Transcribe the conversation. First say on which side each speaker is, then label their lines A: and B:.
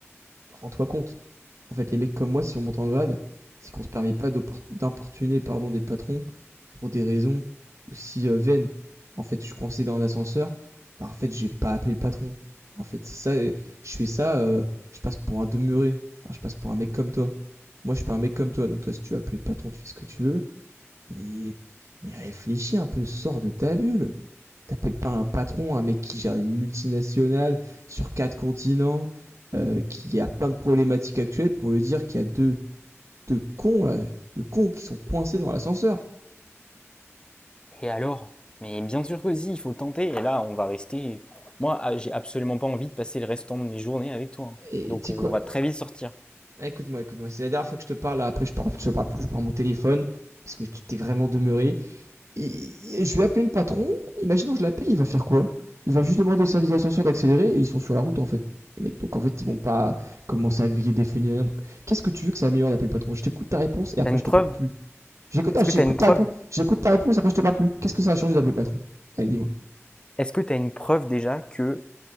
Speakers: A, on the right (about 75°); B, on the left (about 20°).
A: rends-toi compte. En fait, les mecs comme moi, si on monte en grade, c'est qu'on se permet pas d'importuner pardon des patrons pour des raisons aussi euh, vaines. En fait, je suis coincé dans un ascenseur. Bah, en fait, j'ai pas appelé le patron. En fait, c'est ça. Je fais ça. euh, je passe pour un demeuré. Enfin, je passe pour un mec comme toi. Moi, je suis pas un mec comme toi. Donc toi, si tu appelles le patron, tu fais ce que tu veux. Mais mais réfléchis un peu. Sors de ta bulle t'appelles pas un patron, un mec qui gère une multinationale sur quatre continents, euh, qui a plein de problématiques actuelles pour lui dire qu'il y a deux, deux cons, là, deux cons qui sont coincés dans l'ascenseur.
B: Et alors? Mais bien sûr que si, il faut tenter. Et là, on va rester. Moi, ah, j'ai absolument pas envie de passer le restant de mes journées avec toi. hein.
A: Et
B: Donc
A: tu sais
B: euh,
A: quoi
B: on va très
A: euh,
B: vite sortir.
A: Écoute-moi, écoute-moi, c'est la dernière fois que je te parle, là, après je parle, je parle plus par mon téléphone, parce que tu t'es vraiment demeuré. il- je vais appeler le patron. Imaginons, je l'appelle, il va faire quoi Il va juste demander au service d'ascenseur d'accélérer et ils sont sur la route en fait. Les mecs, donc en fait, ils vont pas commencer à griller des feux ni rien. Donc, qu'est-ce que tu veux que ça améliore d'appeler le patron Je t'écoute ta réponse et après
B: T'as une
A: je te
B: preuve?
A: parle plus. J'écoute,
B: Est-ce
A: ah,
B: que
A: j'écoute
B: t'as une preuve?
A: ta réponse, j'écoute ta réponse, après je te parle plus. Qu'est-ce que ça a changé d'appeler le patron Allez, dis-moi.
B: Est-ce que t'as une preuve déjà que